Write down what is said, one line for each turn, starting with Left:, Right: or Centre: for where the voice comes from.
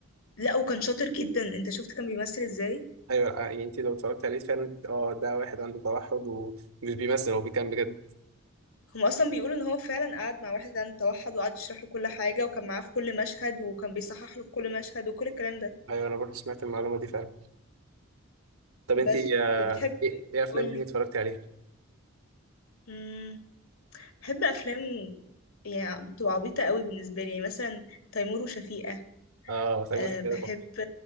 Left: لا وكان شاطر جدا انت شفت كان بيمثل ازاي
Right: ايوه آه، يعني انت لو اتفرجت عليه فعلا اه ده واحد عنده توحد ومش بيمثل هو بيكمل بجد
Left: هم اصلا بيقولوا ان هو فعلا قعد مع واحد عنده توحد وقعد يشرح له كل حاجه وكان معاه في كل مشهد وكان بيصحح له في كل مشهد وكل الكلام ده
Right: ايوه انا برضو سمعت المعلومه دي فعلا طب انت
Left: بس
Right: آه،
Left: وبتحب
Right: ايه ايه افلام
Left: قولي
Right: تاني اتفرجتي عليها
Left: مم. بحب افلام يعني بتبقى عبيطه قوي بالنسبه لي يعني مثلا تيمور وشفيقة
Right: اه سمير
Left: أه
Right: وشهير
Left: بحب
Right: وبهير تحفه